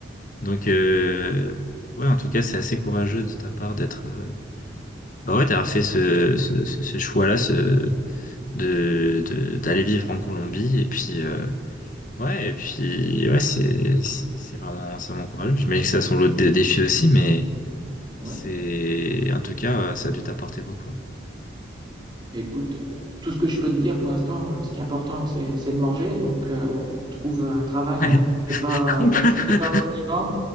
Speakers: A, on the left; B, on the right.
A: Donc, euh, ouais, en tout cas, c'est assez courageux de ta part d'être, euh, bah ouais, d'avoir fait ce, ce, ce, ce choix-là, ce, de, de, d'aller vivre en Colombie. Et puis, euh, ouais, et puis, ouais, c'est, c'est vraiment, c'est vraiment courageux. J'imagine que ça a son lot de dé- défis aussi, mais
B: ouais.
A: c'est, en tout cas, ouais, ça a dû t'apporter beaucoup.
B: Mais écoute, euh, tout ce que je peux te dire pour l'instant, euh, ce qui est important, c'est, c'est de manger. Donc, euh, trouve un travail, même
A: Ouais.
B: si c'est pas,
A: <laughs>
B: même si c'est pas motivant,